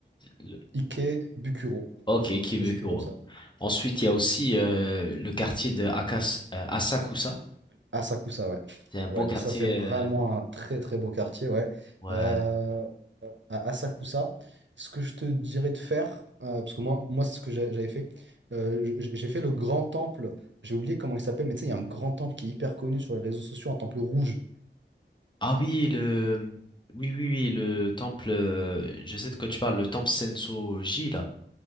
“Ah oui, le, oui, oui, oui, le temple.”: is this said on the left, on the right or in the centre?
Left